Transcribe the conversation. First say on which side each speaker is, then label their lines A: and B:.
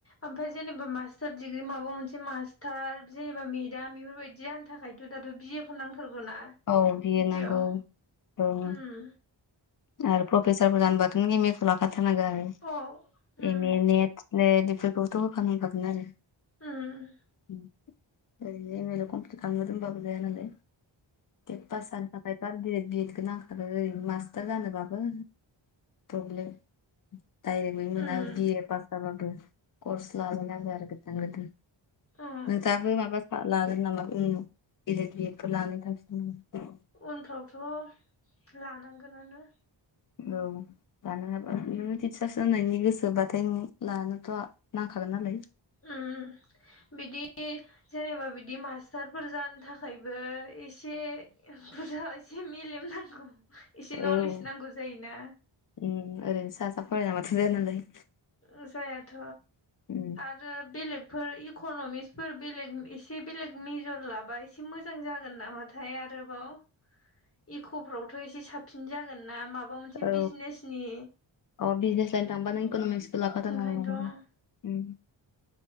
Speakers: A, on the left; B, on the left.
A: ओमफाय जेनेबा मास्टार डिग्रि माबा मोनसे मास्टार जेनेबा मेदाम बेफोरबायदि जानो थाख खायथ' दाथ' बिए खौ नांथारगौ ना
B: औ बिए
A: बिदियाव
B: नांगौ ओं
A: उम
B: आरो प्रफेसार जानोबाथ' एम ए खौ लाखा थारनांगोन आरो
A: अ ओं
B: एम ए नेट स्नेट इफोरखौथ' होखानांखागोन आरो
A: ओं
B: उम ओरैनो एम ए ल' कमप्लिद खालामना दोनबाबो जाया नालाय टेट पास जानो थाखाय बा बिए बिएडखौ नांखागो ओरैनो मास मास्टार जानोबाबो पब्लेम डायरेक्ट मै मोना
A: उम
B: बिए पास जाबाबो कर्स लालायनांगो आरो गोदान गोदान
A: औ
B: नोंथाङाबो माबा फा लागोन नामा उम डि एल इद बिएद फोर लानो थांखि दं नामा?
A: उनफ्रावथ' लानांगोनानो
B: औ लानो हाबा उम टिचार्स जानायनि गोसोबाथाय उम लानोथ' नांखागोन नालाय
A: उम बिदि जेनेबा बिदि मास्टारफोर जानो थाख खायबो एसे बुरजा एसे मेलेम नांगौ। एसे
B: औ
A: नलेज नांगौ जायोना
B: उम ओरैनो सा सा फरायलांबाथ' जाया नालाय
A: ओ जायाथ'
B: उम
A: आर रो बेलेगफोर इखनमिक्सफोर बेलेग एसे बेलेग मेजर लाबाय एसे मोजां जागोन नामाथाय आरोबाव इख'फ्रावथ' एसे साबसिन जागोन ना माबा मोनसे
B: औ
A: बिजनेसनि
B: अ बिजनेस लाइन थांबा नों इक'नमिसखौ लाखाथारनांगोन
A: ओंखायनोथ'
B: आरो उम उम